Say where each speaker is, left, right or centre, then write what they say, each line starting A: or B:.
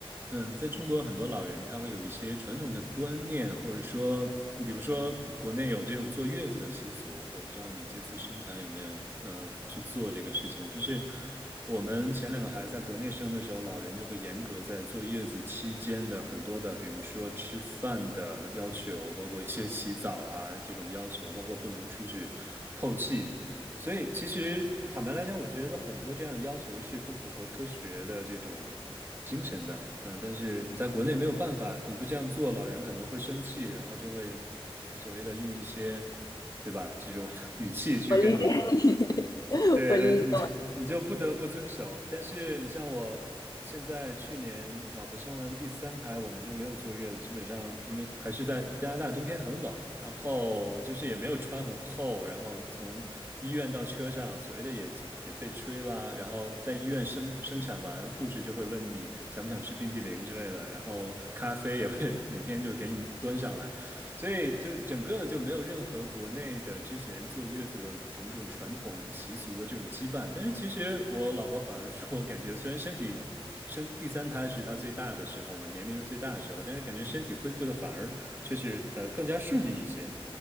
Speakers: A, on the right; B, on the left.
A: 嗯，在中国很多老人他会有一些传统的观念，或者说，比如说国内有这种坐月子的习俗，我不知道你这次生产有没有呃去做这个事情。就是我们前两个孩子在国内生的时候，老人就会严格在坐月子期间的很多的，比如说吃饭的要求，包括一些洗澡啊这种要求，包括不能出去透气。所以，其实坦白来讲，我觉得很多这样的要求是不符合科学的这种精神的。嗯，但是你在国内没有办法，你不这样做，老人可能会生气，然后就会所谓的用一些，对吧？这种 <laughs> 语气去跟你
B: 我理解你，<laughs>
A: 对对，
B: 我理解。
A: 你就你就不得不遵守。但是你像我现在去年老婆生完第三胎，我们就没有坐月子，基本上因为还是在加拿大冬天很冷，然后就是也没有穿很厚，然后从医院到车上，所谓的也也被吹啦，然后在医院生生产完，护士就会问你想不想吃冰激凌之类的，然后咖啡也会 <laughs> 每天就给你端上来。所以就是整个就没有任何国内的之前坐月子的种种传统习俗的这种羁绊。但是其实我老婆反而说，感觉虽然身体生第三胎是她最大的时候嘛，年龄是最大的时候，但是感觉身体恢复的反而却是呃更加顺利一些。